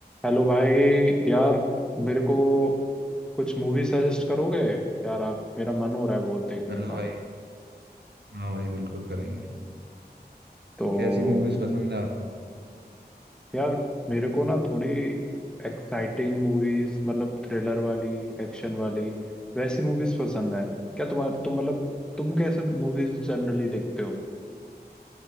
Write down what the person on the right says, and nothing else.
Hello
भाई हाँ भाई बिल्कुल करेंगे
कैसी मूवीज पसंद है आपको